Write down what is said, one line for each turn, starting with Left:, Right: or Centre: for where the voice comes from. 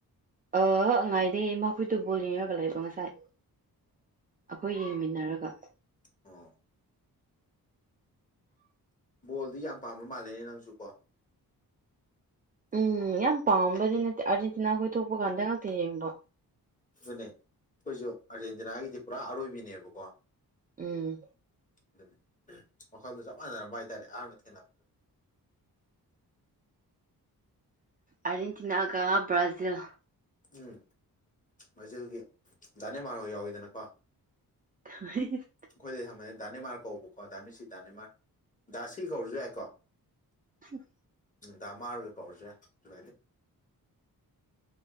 Right: ꯑ ꯉꯥꯏꯗꯦ ꯏꯃꯥꯈꯣꯏꯗꯨ ꯕꯣꯜ ꯌꯦꯡꯔꯒ ꯂꯩꯕ ꯉꯁꯥꯏ ꯑꯈꯣꯏ ꯌꯦꯡꯃꯤꯟꯅꯔꯒ
Left: ꯑ ꯕꯣꯜꯗꯤ ꯌꯥꯝ ꯄꯥꯝꯕ ꯃꯥꯜꯂꯦꯅꯦ ꯅꯪꯁꯨ ꯀꯣ
Right: ꯎꯝ ꯌꯥꯝ ꯄꯥꯝꯕꯗꯤ ꯅꯠꯇꯦ ꯑꯥꯔꯖꯦꯟꯇꯤꯅꯥ ꯈꯣꯏ ꯊꯣꯛꯄ ꯀꯥꯟꯗ ꯉꯥꯛꯇ ꯌꯦꯡꯕ
Left: ꯗꯨꯅꯦ ꯈꯣꯏꯖꯨ ꯑꯥꯔꯖꯦꯟꯇꯤꯅꯥꯒꯤꯗꯤ ꯄꯨꯔꯥ ꯑꯔꯣꯏꯕꯤꯅꯦꯕꯀꯣ
Right: ꯎꯝ
Left: ꯗꯨꯅꯤ ꯋꯥꯈꯜꯗꯨ ꯆꯞ ꯃꯥꯟꯅꯔꯝꯕ ꯍꯥꯏꯇꯥꯔꯦ ꯑꯍꯥꯟꯕ ꯊꯦꯡꯅꯞ
Right: ꯑꯥꯔꯦꯟꯇꯤꯅꯥꯒ ꯕ꯭ꯔꯥꯖꯤꯜ
Left: ꯎꯝ ꯃꯥꯖꯤꯜꯒꯤ ꯗꯥꯅꯦꯃꯥꯔꯍꯣꯏ ꯌꯥꯎꯋꯤꯗꯅꯀꯣ
Right: <unintelligible>
Left: ꯑꯈꯣꯏꯗꯤ ꯑꯌꯥꯝꯕꯅ ꯗꯥꯅꯦꯃꯥꯔ ꯀꯧꯕꯀꯣ ꯗꯥꯃꯤꯁꯤ ꯗꯥꯅꯦꯃꯥꯔ ꯗꯥꯁꯤ ꯀꯧꯔꯖꯨ ꯌꯥꯏꯀꯣ
Right: <unintelligible>
Left: ꯎꯝ ꯗꯥꯃꯥꯔꯒ ꯀꯧꯔꯖꯨ ꯌꯥꯏ ꯁꯨꯒꯥꯏꯗꯦ